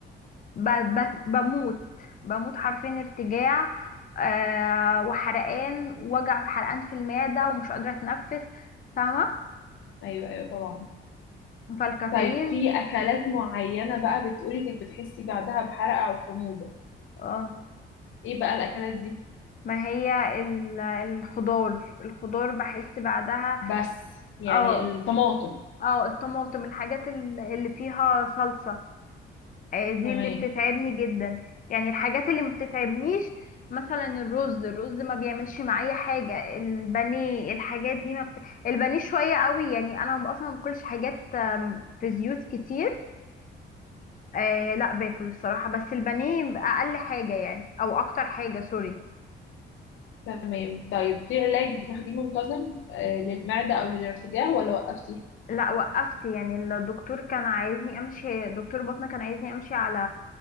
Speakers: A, on the left (about 45°); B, on the left (about 75°).
A: ب- ب- بموت بموت حرفيا ارتجاع آه وحرقان وجع حرقان في المعده ومش قادره اتنفس فاهمه
B: ايوه ايوه طبعا
A: فالكافيين
B: طيب في أكلات معينة بقى بتقولي إنك بتحسي بعدها بحرقة أو حموضة
A: اه
B: إيه بقى الأكلات دي
A: ما هي ال- الخضار الخضار بحس بعدها
B: بس يعني
A: اه
B: الطماطم
A: اه الطماطم الحاجات ال- اللي فيها صلصة آه، دي
B: تمام
A: اللي بتتعبني جدا يعني الحاجات اللي ما بتتعبنيش مثلا الرز الرز ما بيعملش معايا حاجة البانيه الحاجات دي ما بت... البانيه شوية قوي يعني انا اصلا ما باكلش حاجات آم، في زيوت كتير آه لا باكل الصراحة بس البانيه اقل حاجة يعني او اكتر حاجة سوري
B: تمام طيب في علاج بتاخديه منتظم آه، للمعدة أو للارتجاع ولا وقفتي
A: لا وقفت يعني الدكتور كان عايزني امشي دكتور بطنه كان عايزني امشي على